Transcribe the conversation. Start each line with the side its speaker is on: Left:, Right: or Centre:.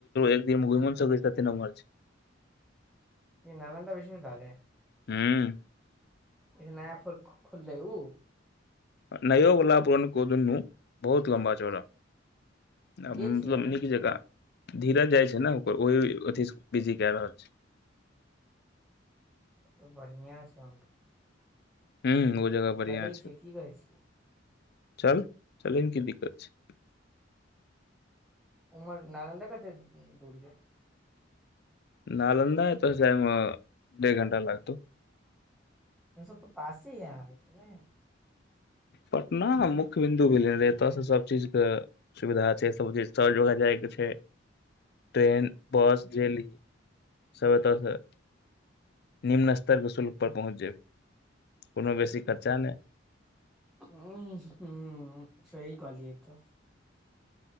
Left: एक दिनमे घुमौ नै सकै छै लम्बा छै
Centre: ई नलन्दा विश्वविद्यालय
Left: हँ
Centre: इ नया खोल खोललै उ
Left: नयोवला पुरनको दुनू बहुत लमबा चौड़ा आ मतलब
Centre: गेल छियै
Left: नीक जेकाँ धीरज जाइ छै ने ओकर ओहि अथि बिजी कए रहल छै
Centre: तऽ बढ़ियां छै हुनका
Left: ह ओ जगह बढ़िया
Centre: चलै
Left: छै
Centre: छियै की कहै छियै
Left: चल चलै मे की दिक्कत छै
Centre: उमहर नालन्दा कतेक दूरी है
Left: नालन्दा एतअ स जाइम डेढ़ घंटा लागतौ
Centre: इ सब तऽ पासे यै नैय
Left: पटना मुख्य बिन्दु भेल रहै एतय सँ सब चीजक सुविधा छै सब चीज सर जोगा जायके छै ट्रेन बस जेे ली सब एतऽ सँ निम्न स्तर के शुल्क पर पहुँच जेबै कोनो बेसी खर्चा नै
Centre: हँ हँ सही कहलियै तऽ